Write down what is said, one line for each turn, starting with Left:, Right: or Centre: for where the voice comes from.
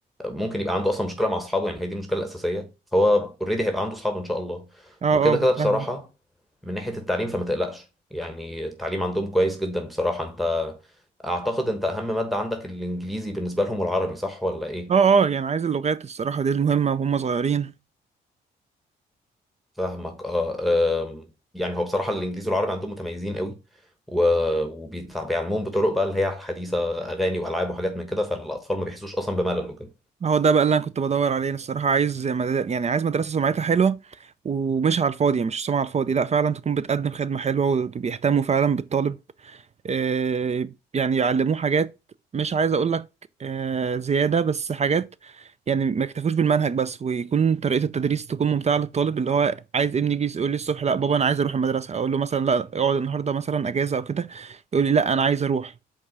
Centre: ممكن يبقى عنده اصلا مشكله مع اصحابه يعني هي دي المشكله الاساسيه فهو اوريدي هيبقى عنده اصحاب ان شاء الله
Right: اه
Centre: وكده
Right: اه
Centre: كده بصراحه
Right: فاهم
Centre: من ناحيه التعليم فما تقلقش يعني التعليم عندهم كويس جدا بصراحه انت اعتقد انت اهم مادة عندك الانجليزي بالنسبة لهم والعربي صح ولا ايه
Right: اه اه يعني عايز اللغات الصراحة دي المهمة وهم صغيرين
Centre: فاهمك اه آم، يعني هو بصراحة الانجليزي والعربي عندهم متميزين قوي وبيعلموهم بطرق بقى اللي هي الحديثة اغاني والعاب وحاجات من كده فالاطفال ما بيحسوش اصلا بملل وكده
Right: هو ده بقى اللي انا كنت بدور عليه انا الصراحه عايز مدار... يعني عايز مدرسه سمعتها حلوه ومش على الفاضي مش سمعه على الفاضي لا فعلا تكون بتقدم خدمه حلوه وبيهتموا فعلا بالطالب آه، يعني يعلموه حاجات مش عايز اقول لك آه، زياده بس حاجات يعني ما يكتفوش بالمنهج بس ويكون طريقه التدريس تكون ممتعه للطالب اللي هو عايز ابني يجي يقول لي الصبح لا بابا انا عايز اروح المدرسه اقول له مثلا لا اقعد النهارده مثلا اجازه او كده يقول لي لا انا عايز اروح